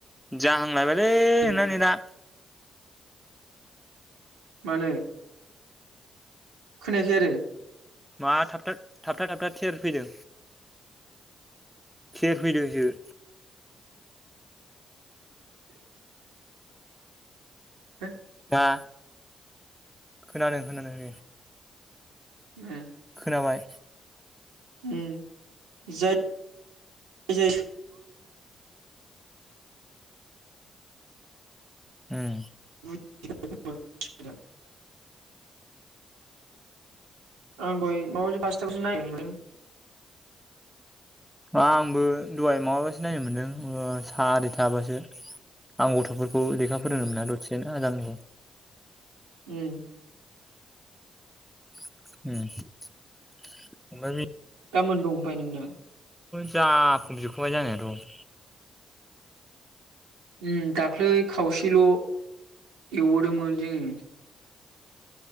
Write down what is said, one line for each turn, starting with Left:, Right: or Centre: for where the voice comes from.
Centre: जाहांलायबायलै
Right: होसिगौमोन
Centre: नोंना नेदा।
Right: मानो खोनायाखै आरो।
Centre: मा थाब थाबथा थाबथा थेर फैदों? थेर फैदोंसो। <inaudible>
Right: <inaudible>
Centre: हा? खोनादों खोनादों दे।
Right: उम।
Centre: खोनाबाय।
Right: उम <unintelligible>
Centre: होम।
Right: <unintelligible> आं बाय माबायदि पासतायावसो नायनो मोनो।
Centre: आंबो दहाय माबाबासो नायनो मोनदों ओ सारिथाबासो आं गथ'फोरखौ लेखा फोरोंदों मोना दससेनो आजा मोनखौ।
Right: उम।
Centre: उम ओमफाय बे
Right: गाबोन दं ओमफाय नोंना?
Centre: जाखुम जोबखाबाय जानायाथ'।
Right: उम दाख्लै खावसेल' एवबोदोंमोन जोङो।